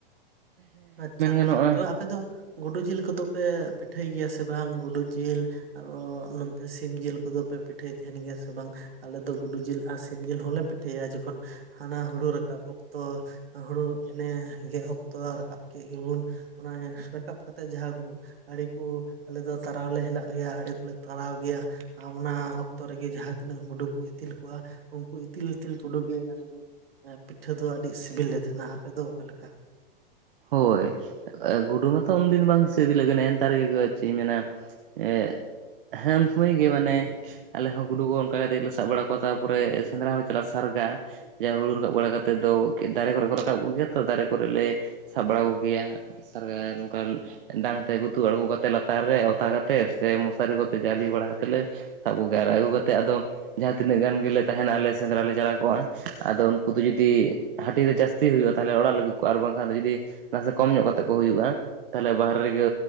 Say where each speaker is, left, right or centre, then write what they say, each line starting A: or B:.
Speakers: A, on the right; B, on the right.
A: ᱟᱪᱪᱷᱟ
B: ᱜᱟᱱᱚᱜᱼᱟ
A: ᱛᱚᱵᱮ ᱟᱯᱮ ᱫᱚ ᱜᱩᱰᱩ ᱡᱤᱞ ᱠᱚᱫᱚ ᱯᱮ ᱯᱤᱴᱷᱟᱹᱭ ᱜᱮᱭᱟ ᱥᱮ ᱵᱟᱝ ᱜᱩᱰᱩ ᱡᱤᱞ? ᱟᱨᱚ ᱱᱚᱱᱛᱮ ᱥᱤᱢ ᱡᱤᱞ ᱠᱚᱫᱚ ᱯᱮ ᱯᱤᱴᱷᱟᱹᱭ ᱛᱟᱦᱮᱱ ᱜᱮᱭᱟ ᱥᱮ ᱵᱟᱝ? ᱟᱞᱮ ᱫᱚ ᱜᱩᱰᱩ ᱡᱤᱞ ᱟᱨ ᱥᱤᱢ ᱡᱤᱞ ᱦᱚᱸᱞᱮ ᱯᱤᱴᱷᱟᱹᱭᱟ ᱡᱚᱠᱷᱚᱱ ᱦᱟᱱᱟ ᱦᱩᱲᱩ ᱨᱟᱠᱟᱵ ᱚᱠᱛᱚ ᱦᱩᱲᱩ ᱮᱱᱮ ᱜᱮᱜ ᱚᱠᱛᱚ ᱨᱟᱠᱟᱵ ᱠᱮᱜ ᱜᱮᱵᱩᱱ ᱾ ᱚᱱᱟ ᱨᱟᱠᱟᱵ ᱠᱟᱛᱮᱜ ᱡᱟᱦᱟᱸ ᱜᱩ ᱟᱹᱰᱤ ᱠᱚ ᱟᱞᱮ ᱫᱚ ᱛᱟᱨᱟᱣᱞᱮ ᱦᱮᱞᱟᱜ ᱜᱮᱭᱟ ᱟᱹᱰᱤ ᱠᱚᱞᱮ ᱛᱟᱨᱟᱣ ᱜᱮᱭᱟ ᱾ ᱟ ᱚᱱᱟ ᱚᱠᱛᱚ ᱨᱮᱜᱮ ᱡᱟᱦᱟᱸ ᱛᱤᱱᱟᱹᱜ ᱜᱩᱰᱩ ᱠᱚ ᱤᱛᱤᱞ ᱠᱚᱜᱼᱟ ᱩᱱᱠᱩ ᱤᱛᱤᱞ ᱤᱛᱤᱞ <unintelligible> ᱜᱮ ᱟᱞᱮ ᱫᱚ ᱾ ᱯᱤᱴᱷᱟᱹ ᱫᱚ ᱟᱹᱰᱤ ᱥᱤᱵᱤᱞ ᱞᱮ ᱛᱷᱮᱱᱟ ᱟᱯᱮ ᱫᱚ ᱚᱠᱟ ᱞᱮᱠᱟ?
B: ᱦᱳᱭ ᱜᱩᱰᱩ ᱢᱟᱛᱚ ᱩᱱᱫᱤᱱ ᱵᱟᱝ ᱥᱤᱵᱤᱞᱤᱠᱮᱱ ᱮᱱᱛᱟᱨ ᱜᱮᱠᱚ ᱪᱮᱜ ᱤᱧ ᱢᱮᱱᱟ ᱾ ᱮ ᱦᱮᱸ ᱩᱱ ᱥᱩᱢᱚᱭ ᱜᱮ ᱢᱟᱱᱮ ᱾ ᱟᱞᱮ ᱦᱚᱸ ᱜᱩᱰᱩ ᱜᱚ ᱚᱱᱠᱟ ᱠᱟᱛᱮᱜ ᱜᱮ ᱥᱟᱵ ᱵᱟᱲᱟ ᱠᱚᱣᱟ ᱛᱟᱨᱯᱚᱨᱮ ᱥᱮᱸᱫᱽᱨᱟ ᱦᱚᱸ ᱞᱮ ᱪᱟᱞᱟᱜᱼᱟ ᱥᱟᱨᱜᱟ ᱾ ᱡᱟ ᱦᱩᱲᱩ ᱨᱟᱠᱟᱵ ᱵᱟᱲᱟ ᱠᱟᱛᱮᱫ ᱫᱚ ᱫᱟᱨᱮ ᱠᱚᱨᱮ ᱠᱚ ᱨᱟᱠᱟᱵ ᱠᱚ ᱜᱮᱭᱟᱛ ᱾ ᱛᱚ ᱫᱟᱨᱮ ᱠᱚᱨᱮᱜ ᱞᱮ ᱥᱟᱵ ᱵᱟᱲᱟ ᱠᱚᱜᱮᱭᱟ ᱥᱟᱨᱜᱟ ᱱᱩᱝᱠᱟ ᱾ ᱰᱟᱝ ᱛᱮ ᱜᱩᱛᱩ ᱟᱬᱜᱳ ᱠᱟᱛᱮᱫ ᱞᱟᱛᱟᱨ ᱨᱮ ᱚᱛᱟ ᱠᱟᱛᱮᱫ ᱥᱮ ᱢᱚᱥᱟᱨᱤ ᱠᱚᱛᱮ ᱡᱟᱞᱤ ᱵᱟᱲᱟ ᱠᱟᱛᱮᱫ ᱞᱮ ᱥᱟᱵ ᱠᱚᱜᱮ ᱟᱨ ᱟᱹᱜᱩ ᱠᱟᱛᱮᱫ ᱟᱫᱚ ᱾ ᱡᱟᱦᱟᱸ ᱛᱤᱱᱟᱹᱜ ᱜᱟᱱ ᱜᱮᱞᱮ ᱛᱟᱦᱮᱱᱟ ᱟᱞᱮ ᱥᱮᱸᱫᱽᱨᱟ ᱞᱮ ᱪᱟᱞᱟᱣ ᱠᱚᱜᱼᱟ ᱟᱫᱚ ᱩᱱᱠᱩ ᱫᱚ ᱡᱩᱫᱤ ᱦᱟᱹᱴᱤᱧ ᱨᱮ ᱡᱟᱹᱥᱛᱤ ᱦᱩᱭᱩᱜᱼᱟ ᱛᱟᱦᱚᱞᱮ ᱚᱲᱟᱜ ᱞᱟᱹᱜᱩ ᱠᱚᱣᱟ ᱟᱨ ᱵᱟᱝᱠᱷᱟᱱ ᱫᱚ ᱡᱩᱫᱤ ᱱᱟᱥᱮ ᱠᱚᱢ ᱧᱚᱜ ᱠᱟᱛᱮᱫ ᱠᱚ ᱦᱩᱭᱩᱜᱼᱟ ᱾ ᱛᱟᱦᱞᱮ ᱵᱟᱦᱨᱮ ᱨᱮᱜᱮ